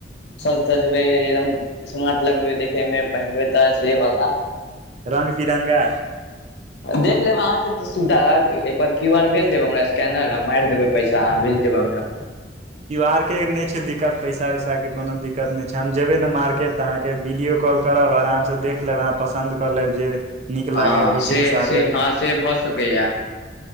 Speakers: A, on the left; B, on the right.
A: सज धजबै एकदम स्मार्ट लगबै देखैमे पहिनबै त से वला
B: रंग बिरंगा
A: देख लेब अहाँ के सुविधा रह एकबार क्यूआर भेज देब हमरा स्कैनर हम मारि देबे पैसा अहाँ भेज देब हमरा
B: त आर के नहि छै दिक्कत पैसा उइसा के कोनो दिक्कत छै हम जेबे ने मार्केट त अहाँ के वीडियो कॉल कर तब आराम से देख लेब अहाँ पसन्द क लेब जे नीक
A: हँ
B: लागय ओहिके
A: से
B: हिसाबे
A: से हँ से भ सकैया